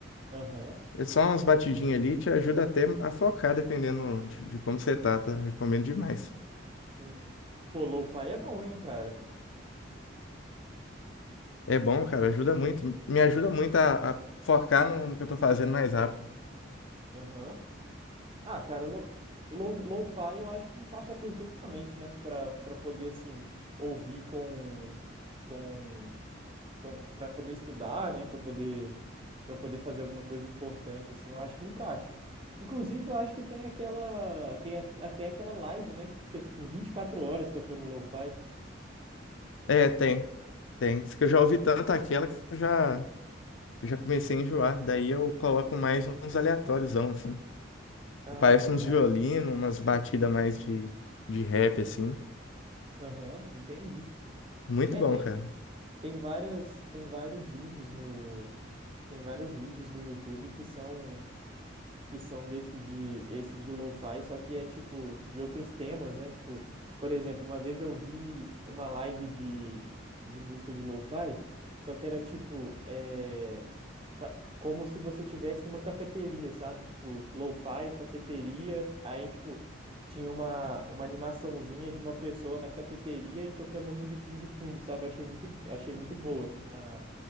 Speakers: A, on the right; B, on the left.
A: Aham,
B: É só umas batidinhas ali, te ajuda até a focar, dependendo de, de como você tá, tá? Recomendo demais.
A: sim. Pô, lo-fi é bom, hein, cara?
B: É bom, cara, ajuda muito. Me ajuda muito a, a focar no, no que eu tô fazendo mais rápido.
A: Aham. Ah, cara, lo, lo, lo-fi eu acho que encaixa perfeitamente, né? Pra, pra poder, assim, ouvir com. Com para poder estudar, né, para poder para poder fazer alguma coisa importante assim, eu acho que encaixa. Inclusive, eu acho que tem aquela tem a- até aquela live, né, que fica tipo 24 horas tocando lo-fi.
B: É, tem, tem. Isso que eu já ouvi tanto aquela que eu já, eu já comecei a enjoar. Daí eu coloco mais uns aleatórios, assim.
A: Ah,
B: Aparece uns
A: tá.
B: violinos, umas batidas mais de, de rap, assim.
A: Aham, entendi.
B: Muito
A: É,
B: bom,
A: tem
B: cara.
A: tem várias tem vários vídeos no tem vários vídeos no YouTube que são que são desse de esse de lo-fi, só que é tipo de outros temas, né? Tipo, por exemplo, uma vez eu vi uma live de, de música de lo-fi, só que era tipo é, pa- como se você tivesse numa cafeteria, sabe? Tipo, lo-fi, cafeteria, aí tipo tinha uma, uma animaçãozinha de uma pessoa na cafeteria e tocando uma musiquinha de fundo, sabe? Achei muito achei muito boa. Ah,